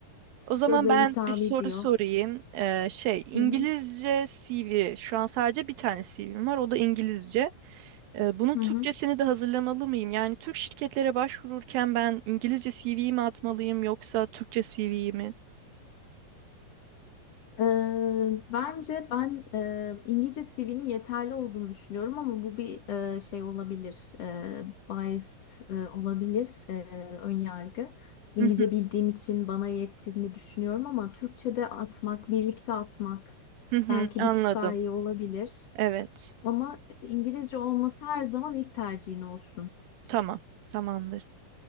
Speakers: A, on the right (about 80°); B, on the left (about 50°).
A: O zaman
B: Göze
A: ben
B: hitap
A: bir soru
B: ediyor.
A: sorayım. Ee, şey, İngilizce
B: Hı hı.
A: CV. Şu an sadece bir tane CV'm var. O da İngilizce. Ee, bunun
B: Hı
A: Türkçesini
B: hı.
A: de hazırlamalı mıyım? Yani Türk şirketlere başvururken ben İngilizce CV'yi mi atmalıyım yoksa Türkçe CV'yi mi?
B: Ee, bence ben e, İngilizce CV'nin yeterli olduğunu düşünüyorum ama bu bir e, şey olabilir, e, biased e, olabilir, e, ön yargı. İngilizce
A: Hı hı,
B: bildiğim için bana yettiğini düşünüyorum ama Türkçe'de atmak, birlikte atmak
A: hı hı,
B: belki
A: Anladım.
B: bir tık daha iyi olabilir.
A: Evet.
B: Ama İngilizce olması her zaman ilk tercihin olsun.
A: Tamam. Tamamdır.